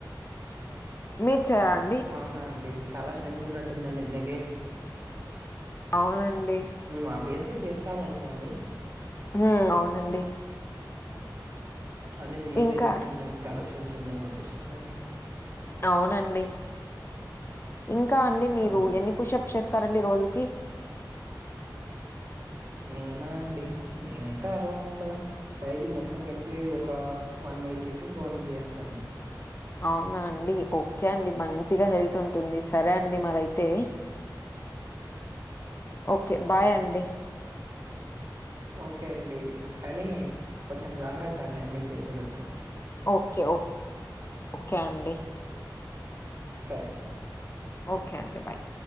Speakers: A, on the left; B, on the right.
A: మీరు చేయరా అండి?
B: అవునా అని చాలా స్ట్రెంత్ ఉన్నట్టుందండి మీకే
A: అవునండి.
B: మేము అబ్వియస్గా చేస్తాం అనుకోండి
A: ఉమ్ అవునండి
B: అదే మీరే
A: ఇంకా
B: చెప్తుంటే మీకు చాలా స్త్రెంత్ ఉందేమో అనిపిస్తుంది అండి
A: అవునండి ఇంకా అండి మీరు
B: ఆ
A: ఎన్ని పుషప్స్ చేస్తారండి రోజుకి
B: నేనా అండి నేనైతే అరౌండ్ డైలీ మొత్తం కలిపి ఒక one eighty to two hundred చేస్తా అండి
A: అవునా అండి ఓకే అండి మంచిగ హెల్త్ ఉంటుంది సరే అండి మరయితే ఓకే బాయ్ అండి
B: ఓకే అండి కానీ కొంచెం జాగ్రత్త అండి అన్ని చేసేదప్పుడు
A: ఓకే ఓ ఓకే అండి
B: సరే అండి
A: ఓకే అండి బాయ్